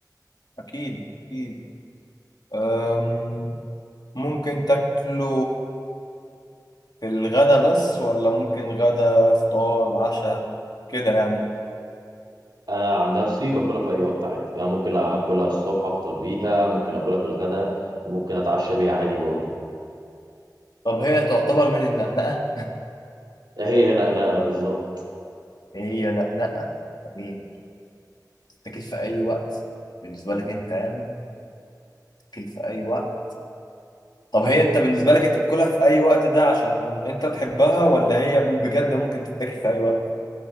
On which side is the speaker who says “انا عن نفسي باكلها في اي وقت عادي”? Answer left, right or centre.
Right